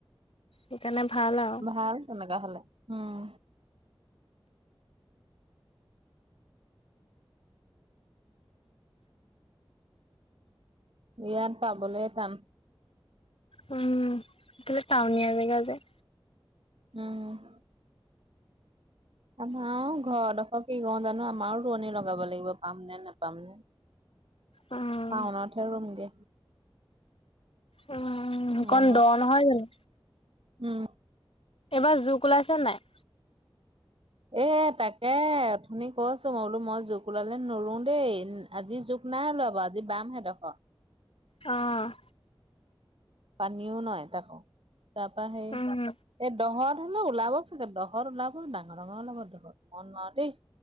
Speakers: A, on the left; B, on the right.
A: সেইকাৰণে ভাল আৰু।
B: ভাল তেনেকা হ'লে, উম। ইয়াত পাবলৈ টান।
A: উম, তুমি টাউনীয়া জেগাৰ যে।
B: উম। আমাৰ ঘৰ ডখৰ কি কৰোঁ জানো? আমাৰো ৰোৱনি লগাব লাগিব, পাম নে নেপাম।
A: উম
B: টাউনতহে ৰুমগে।
A: উম, অকণ
B: শাওনত
A: দ নহয় জানো?
B: উম।
A: এইবাৰ জোক ওলাইছে নে নাই?
B: এ তাকেই, অথনি কৈছোঁ, মই বোলো মই জোক ওলালে নোৰোও দেই। আজি জোক নাই ওলোৱা বাৰু, আজি বাম সেইডোখৰ।
A: অ'।
B: পানীও নাই তাকো, তাৰ পৰা সেই
A: উম
B: এই দহত হেনো ওলাব চাগে, দহৰ ওলাব ডাঙৰ ডাঙৰ ওলাব দহত, মই নোৱাৰো দেই।